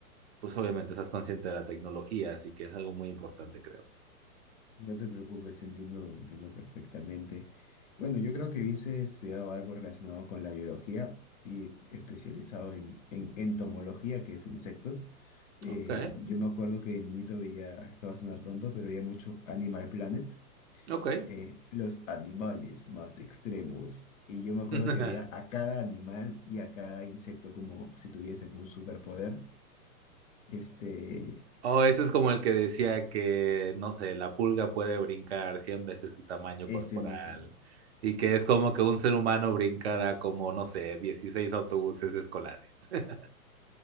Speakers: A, on the right (about 45°); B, on the left (about 60°).
A: pues obviamente estás consciente de la tecnología, así que es algo muy importante, creo.
B: No te preocupes, entiendo, entiendo perfectamente. Bueno, yo creo que hubiese estudiado algo relacionado con la biología y especializado en, en entomología, que es insectos. Eh,
A: Ok,
B: yo me acuerdo que de niñito veía, esto va a sonar tonto, pero veía mucho Animal Planet,
A: ok.
B: eh, los animales más extremos. Y yo me acuerdo
A: <laughs>
B: que veía a cada animal y a cada insecto como si tuviesen un superpoder. Este,
A: Oh, ese es como el que decía que, no sé, la pulga puede brincar 100 veces su tamaño
B: ese
A: corporal
B: mismo.
A: y que es como que un ser humano brincara como, no sé, 16 autobuses escolares. <laughs>